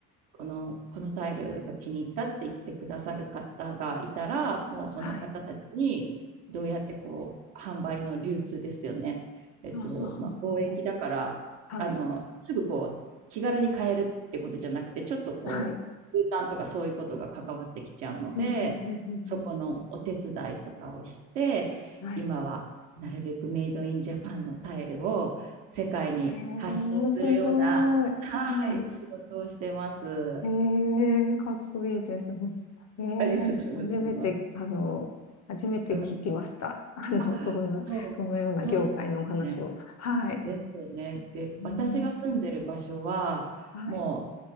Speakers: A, on the right (about 65°); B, on the left (about 35°).
A: このこのタイルが気に入ったって言ってくださる方がいたらもうその方たちにどうやってこう販売の流通ですよね、
B: はい。
A: えっとまあ、
B: はあはあはあは
A: 貿易だからあのすぐこう気軽に買えるってことじゃなくてちょっとこう空間とかそういうことが関わってきちゃうのでそこのお手伝いとかをして今はなるべくメイドインジャパンのタイルを世界に発信するようなはい、
B: あはい。はい。うん、うん、うん、うん。うんはい。へえー、すごい。はい。
A: 仕事をしてます。
B: えー、かっこいいです。えー、
A: ありがとうございます。
B: 初めて、あの、初めて聞きました。
A: うん。
B: あの、
A: あ、
B: そんな、
A: そう、
B: そのような業界のお話を。
A: そうですよね。
B: はい。
A: ですよね。で、
B: うん、
A: 私が住んでる場所は、
B: はい。
A: も